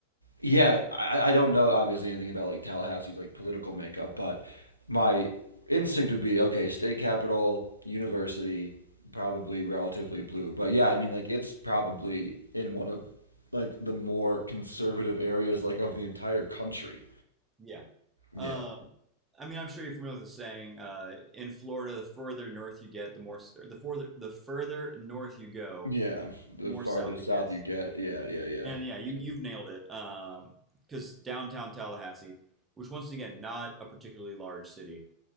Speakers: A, on the left; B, on the right.
A: Yeah, I, I don't know obviously anything about like Tallahassee's like political makeup, but my instinct would be okay, state capital, university, probably relatively blue. But yeah, I mean like it's probably in one of like the more conservative areas like of the entire country.
B: Yeah. Um,
A: Yeah.
B: I mean, I'm sure you're familiar with the saying, uh, in Florida, the further north you get, the more, or the further, the further north you go,
A: Yeah. The
B: more
A: farther
B: south
A: south
B: it gets.
A: you get, yeah, yeah, yeah.
B: And yeah, you
A: So,
B: you've nailed it. Um, because um, downtown Tallahassee, which once again not a particularly large city,